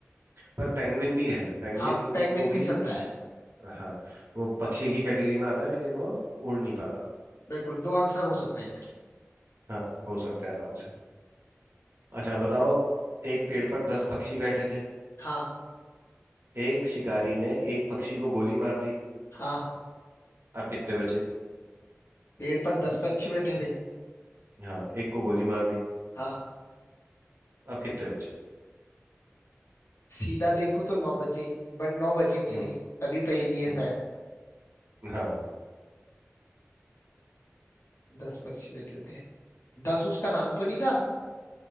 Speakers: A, on the right; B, on the left.
A: पर पेंगुइन भी है पेंगुइन
B: हाँ पेंगुइन
A: को
B: भी
A: भी
B: चलता है
A: हाँ वो पक्षी की कैटेगरी में आता है लेकिन वो उड़ नहीं पाता
B: बिल्कुल दो आंसर हो सकते हैं इसके
A: हाँ हो सकता है आराम से अच्छा बताओ एक पेड़ पर दस पक्षी बैठे थे
B: हाँ
A: एक शिकारी ने एक पक्षी को गोली मार दी
B: हाँ
A: अब कितने बचे
B: पेड़ पर दस पक्षी बैठे थे
A: हाँ एक को गोली मार दी
B: हाँ
A: अब कितने बचे
B: सीधा देखूं तो नौ बचे बट नौ बचेंगे
A: हम्म
B: नहीं तभी पहेली है
A: हम्म
B: शायद
A: हाँ
B: दस पक्षी बैठे थे दस उसका नाम तो नहीं था